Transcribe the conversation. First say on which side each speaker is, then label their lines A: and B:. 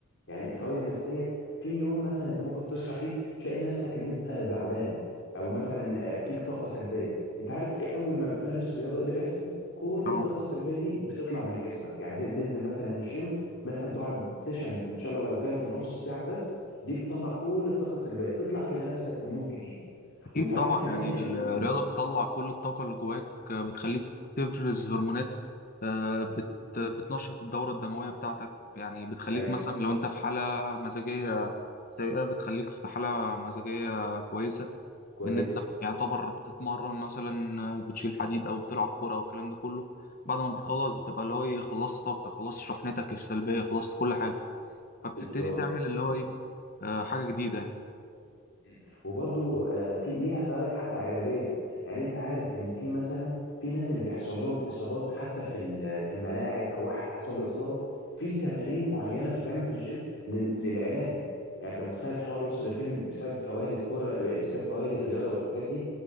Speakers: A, on the left (about 60°); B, on the left (about 45°).
A: يعني الفوائد النفسيه في يوم مثلا انت ممكن تصحى فيه تلاقي نفسك ان انت زعلان او مثلا آه، فيك طاقه سلبيه انت عارف ايه اول ما بتمارس رياضه ايه اللي بيحصل كل
B: اه
A: الطاقه السلبيه دي بتطلع من جسمك يعني تنزل مثلا جيم مثلا تقعد سيشن ان شاء الله لو جلسه نص ساعه بس دي بتطلع كل الطاقه السلبيه تطلع تلاقي نفسك في مود جديد
B: أكيد
A: وانت عارف
B: طبعا
A: كمان
B: يعني
A: هي
B: الرياضة
A: ال... ال...
B: بتطلع
A: آه.
B: كل الطاقة اللي جواك آه، بتخليك تفرز هرمونات آه، بت بتنشط الدورة الدموية بتاعتك يعني بتخليك
A: ايوه
B: مثلا لو أنت في حالة مزاجية سيئة بتخليك في حالة مزاجية كويسة
A: كويسه
B: لأن أنت يعتبر بتتمرن مثلا آه، بتشيل حديد أو بتلعب كورة والكلام ده كله بعد ما بتخلص بتبقى اللي هو إيه خلصت طاقتك خلصت شحنتك السلبية خلصت كل حاجة فبتبتدي
A: بالظبط
B: تعمل اللي هو إيه آه، حاجة جديدة يعني
A: مم. وبرضو آه، في ليها فوائد حتى علاجيه يعني انت عارف ان في مثلا في ناس اللي بيحصل لهم اصابات حتى في ال- في الملاعب او واحد حصل له اصابه في تمارين معينه بتتعمل في الجيم لل- للعلاج يعني انت متخيل الحوار وصل لفين بسبب فوائد الكوره آه، بسبب فوائد الرياضه والحاجات دي